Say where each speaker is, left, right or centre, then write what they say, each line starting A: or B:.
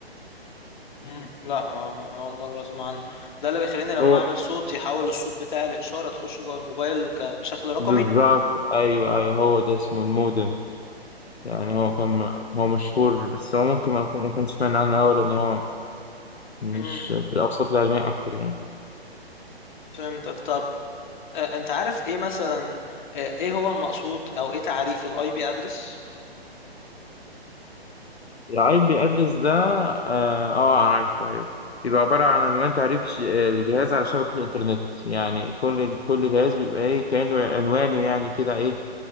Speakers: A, on the left; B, on the left.
A: مم. لا ما, ما اول مره اسمع عنه ده اللي بيخليني لما
B: هو
A: اعمل صوت يحول الصوت بتاعي لاشاره تخش جوه الموبايل ك... بشكل رقمي
B: بالظبط أيوه أيوه هو ده اسمه المودم يعني هو كان هو مشهور بس هو ممكن ما أكون ما كنت سمعنا عنه أوي لأن هو مش
A: امم
B: في الأوساط العلمية أكتر يعني
A: فهمتك طب آه، انت عارف ايه مثلا آه، ايه هو المقصود او ايه تعريف الاي بي ادرس
B: العيب بيأدرس ده آه آه، عارفه أيوه بيبقى عبارة عن عنوان تعريف الج- الجهاز على شبكة الإنترنت يعني كل كل جهاز بيبقى إيه كأنه عنوانه يعني كده إيه